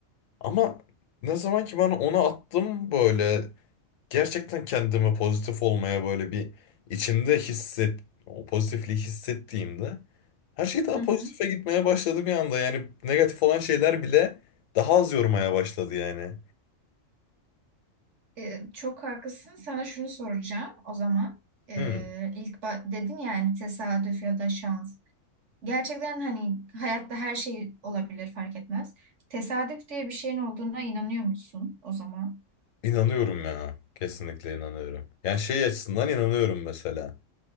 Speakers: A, on the left (about 80°); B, on the right (about 65°).
A: Ama ne zaman ki bana onu attım böyle gerçekten kendimi pozitif olmaya böyle bir içimde hisset o pozitifliği hissettiğimde her şey daha
B: Hı
A: pozitife
B: hı.
A: gitmeye başladı bir anda. Yani negatif olan şeyler bile daha az yormaya başladı yani.
B: Ee, çok haklısın. Sana şunu soracağım o zaman. Ee,
A: Hmm.
B: ilk ba- dedin yani tesadüf ya da şans. Gerçekten hani hayatta her şey olabilir fark etmez. Tesadüf diye bir şeyin olduğuna inanıyor musun o zaman?
A: İnanıyorum ya. Kesinlikle inanıyorum. Yani şey açısından inanıyorum mesela.